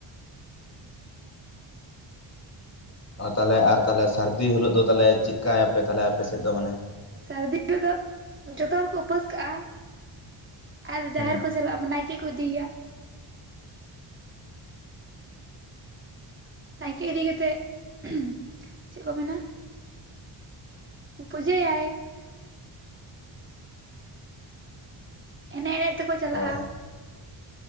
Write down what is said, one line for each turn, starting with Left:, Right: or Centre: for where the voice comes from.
Left: ᱚ ᱛᱟᱦᱚᱞᱮ ᱟᱨ ᱛᱟᱦᱚᱞᱮ ᱥᱟᱹᱨᱫᱤ ᱦᱤᱞᱳᱜ ᱫᱚ ᱛᱟᱦᱚᱞᱮ ᱪᱮᱫᱠᱟᱭᱟᱯᱮ ᱛᱟᱦᱚᱞᱮ ᱟᱯᱮ ᱥᱮᱫ ᱫᱚ ᱢᱟᱱᱮ
Right: ᱥᱟᱹᱨᱫᱤ ᱦᱤᱞᱚᱜ ᱫᱚ ᱡᱚᱛᱚ ᱦᱚᱲ ᱠᱚ ᱩᱯᱟᱹᱥ ᱠᱟᱜ-ᱟ ᱾ ᱟᱨ ᱡᱟᱦᱮᱨ
Left: ᱦᱩᱸ
Right: ᱠᱚ ᱪᱟᱞᱟᱜ-ᱟ ᱱᱟᱭᱠᱮ ᱠᱚ ᱤᱫᱤᱭᱮᱭᱟ ᱾ ᱱᱟᱭᱠᱮ ᱤᱫᱤ ᱠᱟᱛᱮᱜ <inaudible> ᱪᱮᱫ ᱠᱚ ᱢᱮᱱᱟ <inaudible> ᱯᱩᱡᱟᱹᱭᱟᱭ ᱾ ᱮᱱᱮᱡ ᱮᱱᱮᱡ ᱛᱮᱠᱚ ᱪᱟᱞᱟᱜ-ᱟ
Left: ᱦᱳᱭ
Right: ᱾